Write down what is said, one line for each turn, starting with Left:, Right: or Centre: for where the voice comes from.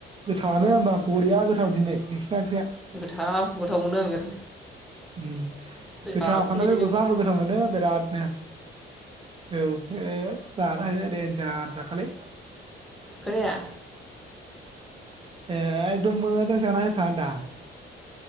Right: गोथावानो होमबा बरिया गोथाव दिनै। नोंस ओंख्रिया
Centre: गोथाव गोथाव मोनो आं बिराद
Right: उम
Centre: जाखुलै
Right: गोथाव खान्थाल
Centre: बेजोंनो
Right: बेगुरखौ आंबो गोथाव मोनो बिरादनो औ ओ जानाय होदे दार जाखालै
Centre: खोनाया
Right: एगदम मोजां जाना होखा होन्दां